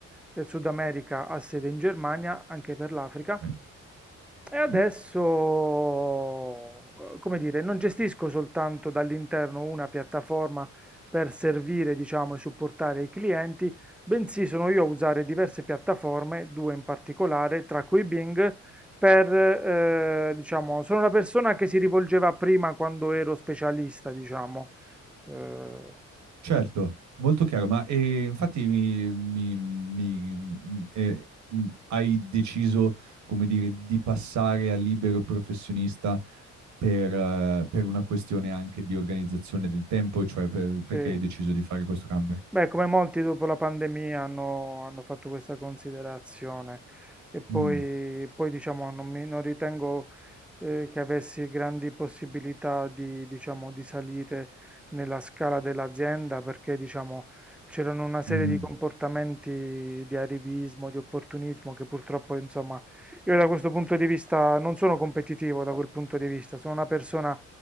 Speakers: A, in the centre; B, on the right (about 70°).
A: e Sud America ha sede in Germania, anche per l'Africa.
B: Ok,
A: E
B: ok.
A: adesso, eh, come dire, non gestisco soltanto dall'interno una piattaforma per servire, diciamo, e supportare i clienti, bensì sono io a usare diverse piattaforme, due in particolare, tra cui Bing, per, eh, diciamo, sono la persona che si rivolgeva prima quando ero specialista, diciamo. Eh,
B: Certo, molto chiaro, ma eh, infatti mi- mi- mi- eh, mh, hai deciso, come dire, di passare a libero professionista per, eh, per una questione anche di organizzazione del tempo, cioè per-
A: sì,
B: perché hai
A: sì.
B: deciso di fare questo cambio?
A: Beh, come molti dopo la pandemia hanno, hanno fatto questa considerazione e poi,
B: Mm,
A: poi, diciamo, non, mi- non ritengo eh, che avessi grandi possibilità di, diciamo, di salite nella scala dell'azienda perché, diciamo, c'erano una serie
B: mhm.
A: di comportamenti di arrivismo, di opportunismo che purtroppo, insomma, io da questo punto di vista non sono competitivo da quel punto di vista, sono una persona